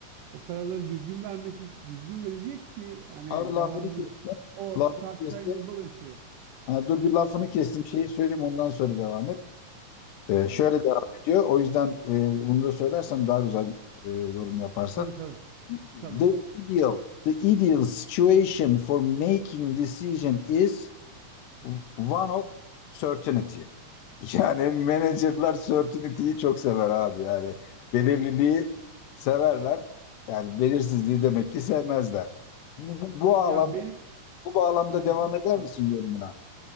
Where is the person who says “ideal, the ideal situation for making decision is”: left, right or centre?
Left